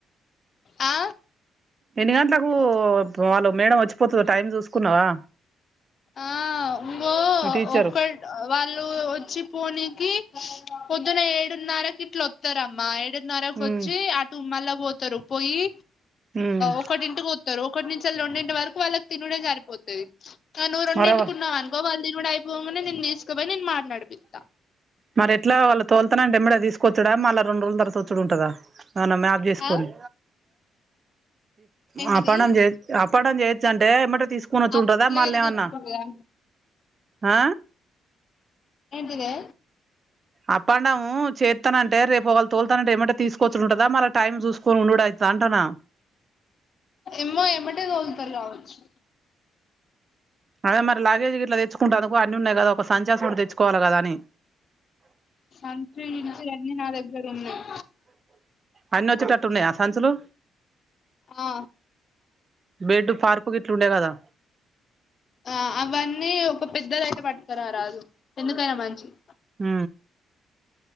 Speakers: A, on the left; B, on the right.
A: ఆ
B: ఎన్ని గంటలకు వాళ్ళు మేడం వచ్చిపోతుందో టైం చూసుకున్నావా
A: ఆ పొ
B: మీ టీచరు
A: ఒక్కట్ వాళ్ళు వచ్చి పోనికి పొద్దున ఏడున్నరకి ఇట్లు వస్తారమ్మా ఒకటిన్నరకు
B: ఉమ్
A: వచ్చి అటు మళ్ళా పోతారు పోయి
B: ఉమ్
A: ఒకటింటికి ఒకటి నుంచి రెండింటి వరకు వాళ్ళకి తినుడే సారిపోతది నువ్వు రెండింటికి
B: మరవ
A: ఉన్నావ్ అనుకో వాళ్లు తినడం అయిపోగానే తీసుకుపోయి నేను మాట్లాడిపిస్తా
B: మరి ఎట్లా వాళ్ళ తోల్ వస్తానంటే వెంబడి తీసుకొచ్చుడా మల్ల రెండు రోజుల తర్వాత వచ్చాడు ఉంటదా ఏమన్నా మ్యాప్ చేసుకొని
A: ఆ ఏంటిది
B: ఆ అప్ and down up and down చేయొచ్చ అంటే ఏమటే తీసుకుని వచ్చు
A: ఆ
B: ఉంటుందా
A: లేదు
B: మళ్ళీ ఏమన్నా
A: తీసుకుంటదా
B: ఆ
A: ఏంటిదే
B: అప్ అండ్ డౌ చేస్తానంటే రేపు తోల్తాన్ అంటే ఏమై తీసుకోవచ్చుంటదా మళ్ళ టైం చూసుకొని ఉండడు అయితదా అంటానా
A: ఏమో ఏమటే తోలుతారు కావచ్చు
B: అదే మరి లగేజ్ గిట్ల తెచ్చుకుంట అను అన్ని ఉన్నాయి కదా ఒక సంచి అసోంటిది తెచ్చువాలి కాదా అని
A: సంచి గించి అన్నీ నా దగ్గర ఉన్నాయి
B: అన్ని వచ్చేటట్టు ఉన్నాయి ఆ సంచులు
A: ఆ
B: బెడ్ పరుపు ఇట్లు ఉండే కదా
A: ఆ అవన్నీ ఒక పెద్దదీ అయితే పట్టుకరారాదు ఎందుకైనా మంచిదీ
B: ఉ